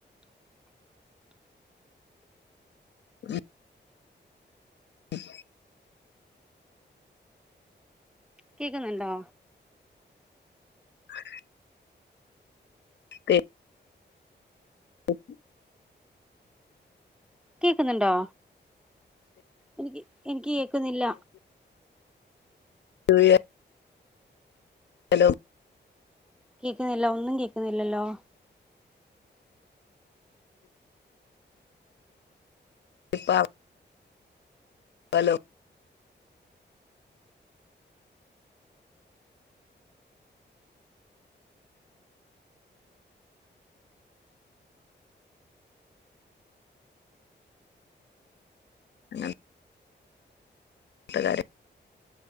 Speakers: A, on the left (about 70°); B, in the centre.
A: ഉ <inaudible>
B: കേക്കുന്നുണ്ടോ?
A: ആ കോ <unintelligible>
B: കേക്കുന്നുണ്ടോ എനിക്ക് എനിക്ക് കേക്കുന്നില്ല
A: <unintelligible> ഹലോ
B: കേക്കുന്നില്ല ഒന്നും കേക്കുന്നില്ലല്ലോ
A: ഇപ്പാ ഹലോ <unintelligible> എന്താ കാര്യം